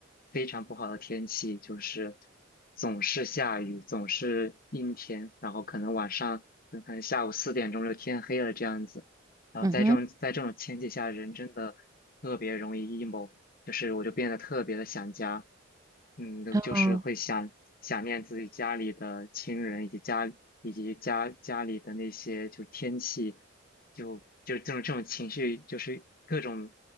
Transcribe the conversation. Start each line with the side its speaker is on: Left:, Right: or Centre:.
Left: 非常不好的天气，就是总是下雨，总是阴天，然后可能晚上嗯可能下午四点钟就天黑了这样子。然后在这种在这种天气下，
Right: 嗯哼，
Left: 人真的特别容易 emo。就是我就变得特别的想家，嗯，
Right: 哦，
Left: 就是会想想念自己家里的亲人，以及家以及家家里的那些就天气，就就这种这种情绪，就是各种